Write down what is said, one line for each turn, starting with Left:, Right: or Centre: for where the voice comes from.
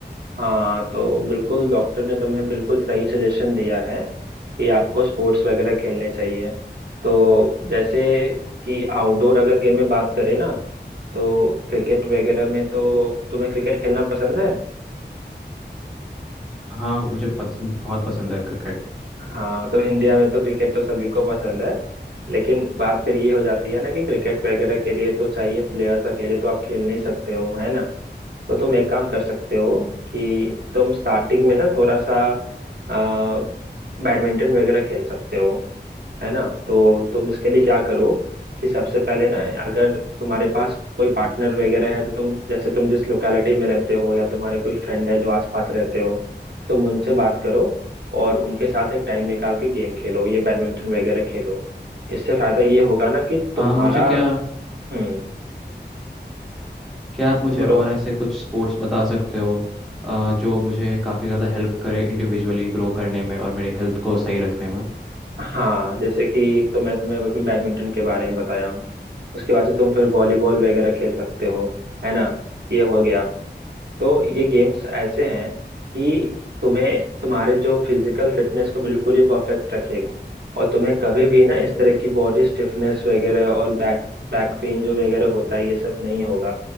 Right: हाँ तो बिल्कुल डॉक्टर ने तुम्हें बिल्कुल सही सजेशन दिया है कि आपको स्पोर्ट्स वगैरह खेलने चाहिए तो जैसे कि आउटडोर अगर गेम में बात करें ना तो क्रिकेट वगैरह में तो तुम्हें क्रिकेट खेलना पसंद है
Centre: हाँ मुझे पत, बहुत पसंद है क्रिकेट
Right: हाँ मतलब इंडिया में तो क्रिकेट तो सभी को पसंद है लेकिन बात फिर ये हो जाती है ना कि क्रिकेट वगैरह के लिए तो चाहिए प्लेयर्स अकेले तो आप खेल नहीं सकते हो है ना तो तुम एक काम कर सकते हो कि तुम स्टार्टिंग में ना थोड़ा सा आ, बैडमिंटन वगैरह खेल सकते हो है ना तो तुम इसके लिए क्या करो कि सबसे पहले ना अगर तुम्हारे पास कोई पार्टनर वगैरह है तो तुम जैसे तुम जिस लोकेलिटी में रहते हो या तुम्हारे कोई फ्रेंड है जो आसपास रहते हो तुम उनसे बात करो और उनके साथ एक टाइम निकाल के गेम खेलो ये बैडमिंटन वगैरह खेलो इससे फायदा ये होगा ना कि तुम्हारा
Centre: आ, मुझे क्या
Right: हम्म
Centre: क्या आप मुझे
Right: बोलो
Centre: और ऐसे कुछ स्पोर्ट्स बता सकते हो आ, जो मुझे काफ़ी ज़्यादा हेल्प करे इंडिविजुअली ग्रो करने में और मेरे हेल्थ को सही रखने में
Right: हाँ जैसे कि एक तो मैं तुम्हें अभी बैडमिंटन के बारे में बताया हूँ उसके बाद से तुम फिर वॉलीबॉल वगैरह खेल सकते हो है ना ये हो गया तो ये गेम्स ऐसे हैं कि तुम्हें तुम्हारे जो फिजिकल फिटनेस को बिल्कुल ये परफेक्ट रखेगा और तुम्हें कभी भी ना इस तरह की बॉडी स्टिफनेस वगैरह और बैक बैक पेन जो वगैरह होता है ये सब नहीं होगा